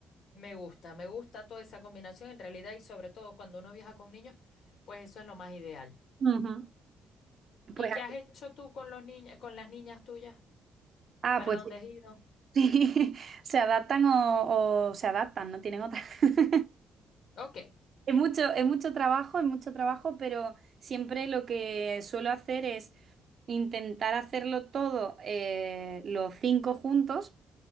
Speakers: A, on the left (about 70°); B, on the right (about 50°).
A: Me gusta, me gusta toda esa combinación en realidad y sobre todo cuando uno viaja con niños, pues eso es lo más ideal.
B: Ujú.
A: ¿Y
B: Pues,
A: qué has hecho tú con los niños, con las niñas tuyas?
B: ah,
A: ¿Para
B: pues
A: dónde has ido?
B: sí, <laughs> se adaptan o, o se adaptan, no tienen otra. <laughs>
A: Ok,
B: Es mucho, es mucho trabajo, es mucho trabajo, pero siempre lo que suelo hacer es intentar hacerlo todo eh, los cinco juntos